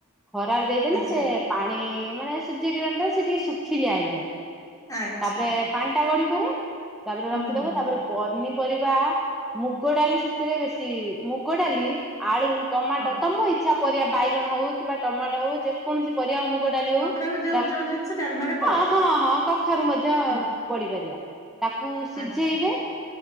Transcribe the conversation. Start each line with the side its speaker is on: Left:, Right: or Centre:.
Centre: ଖରାରେ ଦେଇଦେନେ
Left: ଆଚ୍ଛା।
Centre: ସିଏ ପାଣି ମାନେ ସୂର୍ଯ୍ୟ କିରଣ ଥାଏ ସିଏ ଟିକେ ଶୁଖିଲିଆ ହେଇଯାଏ
Left: ଆଚ୍ଛା
Centre: ତାପରେ ପାଣିଟା ଗଡି ପଡେ ତାପରେ
Left: ହୁଁ
Centre: ରଖିଦବ
Left: ହୁଁ
Centre: ତାପରେ
Left: ହୁଁ
Centre: ପନି ପରିବା ମୁଗ ଡାଲି ସେଥିରେ ବେଶୀ ମୁଗ ଡାଲି ଆଳୁ, ଟମାଟୋ
Left: ହଁ
Centre: ତମ ଇଚ୍ଛା ପରିବା ବାଇଗଣ ହୋଉ କିମ୍ବା ଟମାଟୋ ହୋଉ ଯେ କୌଣସି ପରିବା ମୁଗ ଡାଲି ହୋଉ
Left: କଖାରୁ ଯୋଉ
Centre: ତାକ୍
Left: ଯୋଉ ଜିନିଷ ଡାଲମାରେ
Centre: ହଁ
Left: ପଡେ।
Centre: ହଁ ହଁ କଖାରୁ ମଧ୍ୟ
Left: ହୁଁ
Centre: ପଡିପାରିବା ତାକୁ ସିଝେଇବେ
Left: ଆଚ୍ଛା